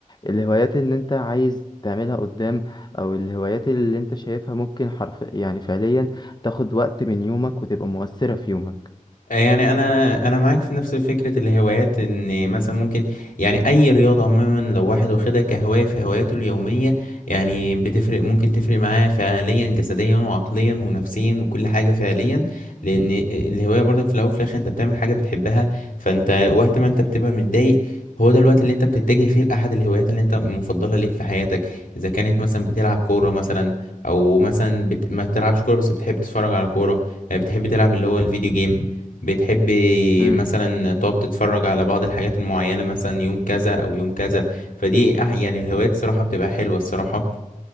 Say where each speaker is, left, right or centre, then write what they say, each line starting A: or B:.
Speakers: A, on the left; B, on the left.
A: الهوايات اللي انت عايز تعملها قدام او الهوايات اللي انت شايفها ممكن حرف يعني فعليا تاخد وقت من يومك وتبقى مؤثرة في يومك
B: يعني انا انا معاك في نفس فكره الهوايات ان مثلا ممكن يعني اي رياضه عموما لو واحد واخدها كهوايه في هواياته اليوميه يعني بتفرق ممكن تفرق معاه فعليا جسديا وعقليا ونفسيا وكل حاجه فعليا لان الهوايه برضك في الاول وفي الاخر انت بتعمل حاجه بتحبها فانت وقت ما انت بتبقى متضايق هو ده الوقت اللي انت بتتجه فيه لاحد الهوايات اللي انت مفضله ليك في حياتك اذا كانت مثلا بتلعب كوره مثلا او مثلا بت... ما بتلعبش كوره بس بتحب تتفرج على كوره آه، بتحب تلعب اللي هو الفيديو جيم بتحبي
A: امم
B: مثلا تقعد تتفرج على بعض الحاجات المعينة مثلا يوم كذا أو يوم كذا فدي أح- يعني الهوايات صراحة بتبقى حلوة الصراحة